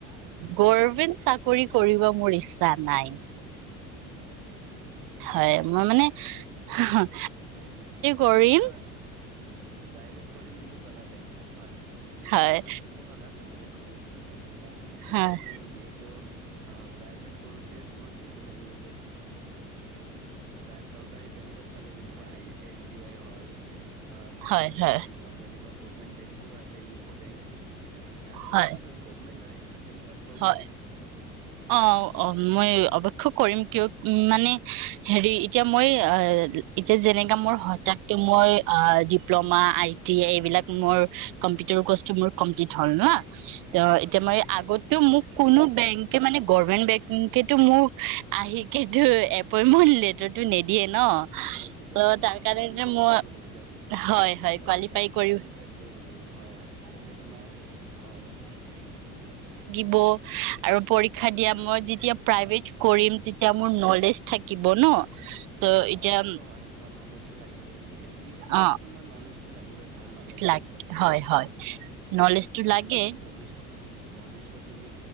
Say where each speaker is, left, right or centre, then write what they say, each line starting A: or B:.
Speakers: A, on the right; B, on the right.
A: অ
B: গৰভেন্ট
A: হয়
B: চাকৰিত। কৰিব মোৰ ইচ্ছা নাই।
A: হয় নেকি?
B: হয়
A: অ
B: মই
A: গম
B: মানে। <unintelligible> কৰিম
A: আৰু তোমাৰ প্ৰইভেট কৰিম বুলি কলা বেং কত হয়। তুমি
B: হয়
A: ক'লা ঠিকেই ক'লা। প্ৰাইভেট কৰিম বুলি। তাৰপিছত তোমাৰতো
B: হয়
A: যিহেতু। প্ৰাইভেট কৰোঁতে তোমাক সেইটো লাগিব যে প্ৰায় চৰকাৰী বেংকত পালে যেনেকুৱা হেই। এছ বি আই হ'ল। অ
B: হয়
A: বন্ধন
B: হয়
A: বেংক হ'ল যেনেকুৱা। বেংক বোৰো আছে ইউকো বেংক। সেহটোতো
B: হয়
A: গভমেণ্ট হয়। তেনেকুৱাত কৰিবানে
B: হয় অ অ মই অৱ কৰিম কিয় মানে হেৰি এতিয়া মই এতিয়া যেনেকা মোৰ হতকে মই ডিপ্ল'মা আই টি এইবিলাক মোৰ কম্পিউটাৰ কৰ্চটো মোৰ কমপ্লিট হ'ল নহ ত
A: হয়
B: এতিয়া
A: হয়
B: মই আগত ত মোক কোনো বেংকে মানে গৰ্ভমেন্ট বেংকেটো মোক আহিকেতো এপইন্টমেন্ট লেটাৰটো নিদিয়ে ন।
A: সেইটোতো
B: চ'
A: হয়
B: তাৰ
A: তোমাৰ
B: কাৰণে
A: কোৱালিফাই
B: মই
A: কৰিব লাগিলে,
B: হয় হয়
A: তাৰ কাৰনে
B: কোৱালিফাই
A: তাত
B: কৰিব
A: কোৱালিফাইড কৰিব লাগিব হয় হয় তাতে তোমাৰ অল
B: ব আৰু পৰীক্ষা দিয়া মই যেতিয়া প্ৰাইভেট কৰিম যেতিয়া মোৰ নলেজ লেজ থাকিব ন চ' এতিয়া
A: অ সেইটোতো হয় তোমাৰ নলেজটো লাগিবই যিহে যি ক্ষেত্ৰতো
B: অ
A: তোমাৰ নলেজটো। ভাল নলেজ
B: লাগ
A: লাগিব
B: হয় হয় নলেজটো
A: তাৰপিছতে
B: লাগে
A: তুমি ভৱিষ্য ভৱিষ্যত তুমি